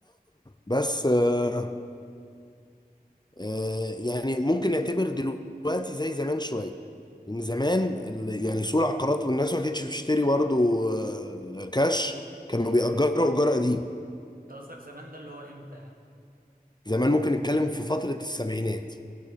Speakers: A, on the left; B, on the right.
A: بس آه، آه، يعني ممكن نعتبر دلوقتي زي زمان شويه لان زمان ال- يعني سوق العقارات والناس ما كانتش بتشتري برضه آه، كاش كانوا بيأجروا ايجار قديم
B: انت قصدك زمان ده اللي هو امتى يعني
A: زمان ممكن نتكلم في فتره السبعينات